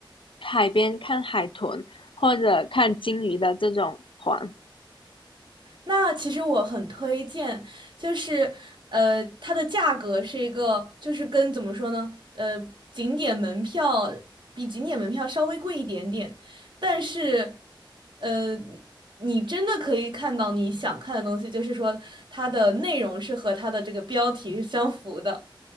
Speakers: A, on the left; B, on the right.
A: 海边看海豚或者看鲸鱼的这种团。
B: 那其实我很推荐，就是呃，它的价格是一个，就是跟怎么说呢，呃，景点门票比景点门票稍微贵一点点，但是呃，你真的可以看到你想看的东西，就是说它的内容是和它的这个标题是相符的。